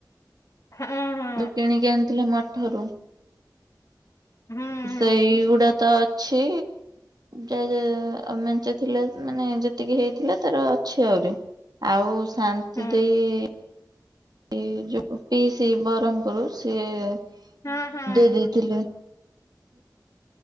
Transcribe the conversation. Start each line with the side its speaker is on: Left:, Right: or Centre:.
Left: ହଁ ହଁ
Right: ଯଉ କିଣିକି ଆଣିଥିଲ ମ ଠାରୁ
Left: ହଁ
Right: ସେଇ
Left: ହଁ
Right: ତ ଅଛି ଯଦି ଅ ମେଞ୍ଚେ ଥିଲେ ମାନେ ଯେତିକି ହେଇଥିଲେ ତାର ଅଛି ଆହୁରି ଆଉ ଶାନ୍ତି
Left: ହଁ
Right: ଦେଇ। ଏ ଯଉ ପିଇସି ବରମ୍ପୁରୁ ସିଏ <unintelligible>
Left: ହୁଁ ହୁଁ
Right: ଦେଇ ଦେଇଥିଲେ।